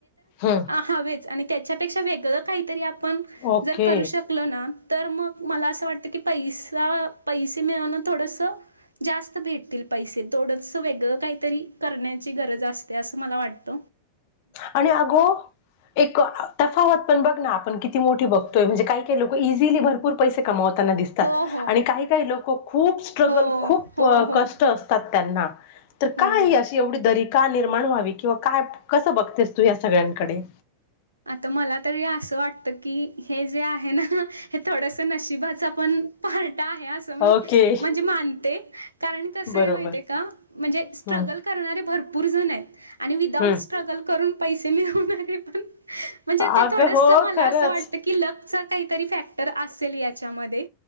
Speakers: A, on the left; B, on the right.
A: ह
B: हवेच. त्याच्यापेक्षा वेगळं काहीतरी आपण
A: ओके
B: जर करू शकलो ना. तर मग मला असं वाटतं की पैसा पैसे मिळवणं थोडस. जास्त भेटतील पैसे थोडंच वेगळस काही. तरी करण्याची गरज असते असं मला वाटत.
A: आणि अगो एक त ते पण बघ ना आपण किती मोठी बघतोय म्हजे काही काय लोक इझिली भरपर पैसे कमावतात. दिसतात
B: हो हो
A: आणि काही काही लोक खूप स्ट्रगल
B: हो
A: खूप
B: हो हो
A: कष्ट असतात. त्यांना तर
B: हो.
A: काय अशी एवढी दर का निर्माण व्हावी किंवा काय. कसं बघतेस तू या सगळ्यांकडे.
B: आता मला तरी असं वाटत की हे जे आहे ना. हे थोडस नशिबाचा पण पार्ट आहे असं मी
A: ओके
B: म्हणजे मानते का कारण कस
A: बरोबर
B: आहे माहिती का म्हणजे स्ट्रगल
A: हम्म
B: करणारे भरपूर जण आहेत आणि विदाउट
A: हम्म
B: स्ट्रगल करून. पैसे मि होणार आहे पण <unintelligible> म्हणे ते
A: अगं
B: थोडस
A: हो
B: मला
A: खरंच
B: अस वाटत की ल काहीतरी फॅक्टर असेल. त्यामध्ये